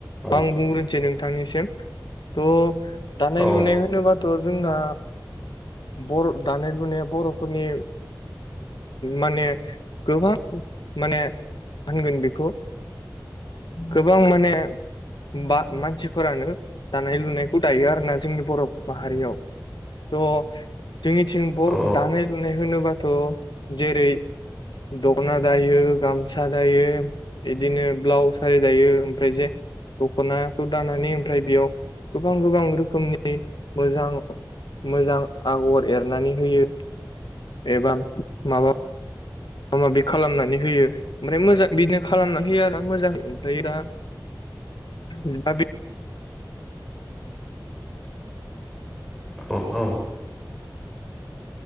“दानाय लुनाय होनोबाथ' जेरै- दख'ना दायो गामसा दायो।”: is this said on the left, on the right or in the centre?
Left